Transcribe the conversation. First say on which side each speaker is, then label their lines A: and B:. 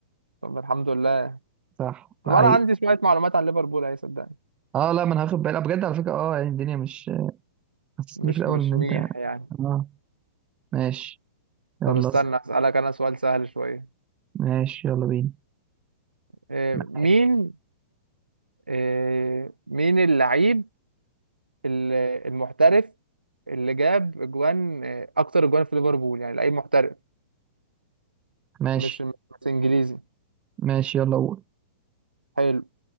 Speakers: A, on the right; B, on the right.
A: طب الحمد لله
B: صح
A: طب
B: لا
A: انا عندي شويه معلومات عن ليفربول اهي صدقني
B: اه لا ما انا هاخد بالي آه، بجد على فكرة اه يعني الدنيا مش حسسني
A: مش
B: في الاول
A: مش
B: ان انت
A: ميح يعني
B: اه ماشي يلا
A: طب استنى
B: اسأل.
A: اسالك انا سؤال سهل شويه
B: ماشي يلا بينا
A: إيه
B: معاك.
A: مين إيه مين اللعيب ال- المحترف اللي جاب اجوان إيه، اكتر اجوان في ليفربول يعني لعيب محترف
B: ماشي
A: مش مش انجليزي
B: ماشي يلا قول
A: حلو